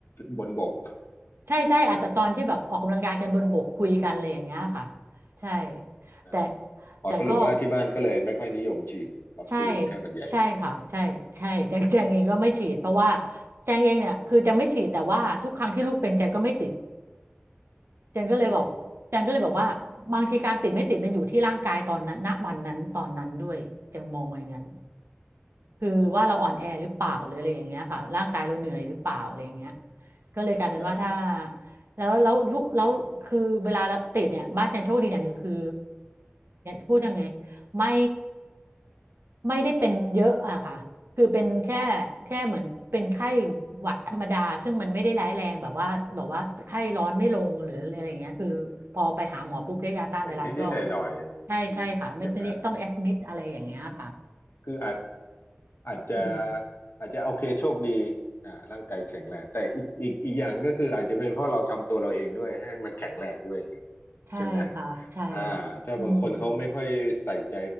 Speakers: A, on the left (about 75°); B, on the right (about 70°).
A: บนบก
B: ใช่ใช่อาจจะตอนที่แบบออกกำลังกายกันบนบกคุยกันอะไรอย่างเงี้ยค่ะ
A: นะ
B: ใช่
A: อืมใช่
B: แต่
A: อ๋อสรุปว่าที่บ้านก็เลยไม่ค่อยนิยมฉีดวัคซีนไข้หวัดใหญ่
B: แต่ก็ใช่ใช่ค่ะใช่ใช่แจงแจงเองก็ไม่ฉีดเพราะว่าแจงเองเนี่ยคือแจงไม่ฉีดแต่ว่าทุกครั้งที่ลูกเป็นแจงก็ไม่ติด จันก็เลยบอกจันก็เลยบอกว่าบางทีการติดไม่ติดมันอยู่ที่ร่างกายตอนนั้นณวันนั้นตอนนั้นด้วยจันมองว่าอย่างนั้น
A: อ๋อ
B: คือว่าเราอ่อนแอหรือเปล่าหรืออะไรอย่างเงี้ยค่ะร่างกายเราเหนื่อยหรือเปล่าอะไรอย่างเงี้ยก็เลยกลายเป็นว่าถ้า
A: ใช่
B: แล้วแล้วลูกแล้วคือเวลาเราติดเนี่ยบ้านจันโชคดีอย่างหนึ่งคือพูดยังไงไม่ ไม่ได้เป็นเยอะอะค่ะ คือเป็นแค่แค่เหมือนเป็นไข้หวัดธรรมดา ซึ่งมันไม่ได้ร้ายแรงแบบว่าแบบว่าไข้ร้อนไม่ลงหรืออะไรอย่างเงี้ยคือพอไปหาหมอปุ๊บได้ยาต้านไวรัสก็ลงใช่ใช่ค่ะไม่ได้ต้องแอดมิดอะไรอย่างเงี้ยค่ะ
A: เป็นนิด ๆ หน่อยๆอืมใช่ไหมคืออาจ อาจจะ
B: อืม
A: อาจจะโอเคโชคดีอ่าร่างกายแข็งแรงแต่อีกอีกอีกอย่างก็คืออาจจะเป็นเพราะเราทำตัวเราเองด้วยให้มันแข็งแรงด้วยอย่างเงี้ย
B: ใช่ค่ะใช่
A: ใช่ไหมอ่าถ้าบางคนเขาไม่ค่อยใส่ใจ
B: อืม